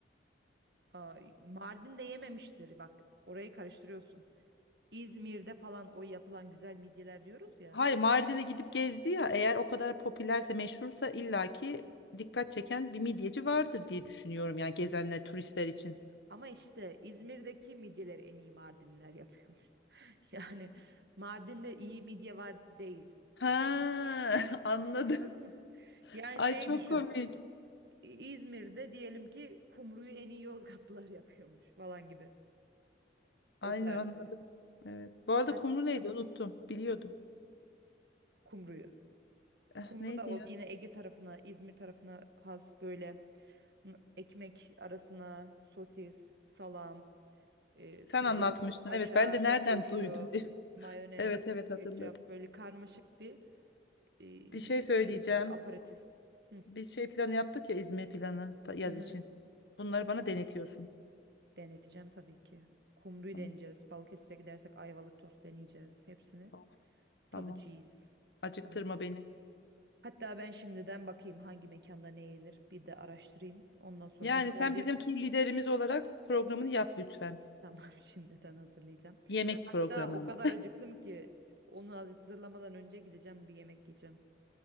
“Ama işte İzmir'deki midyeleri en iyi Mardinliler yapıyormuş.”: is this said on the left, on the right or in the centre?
Right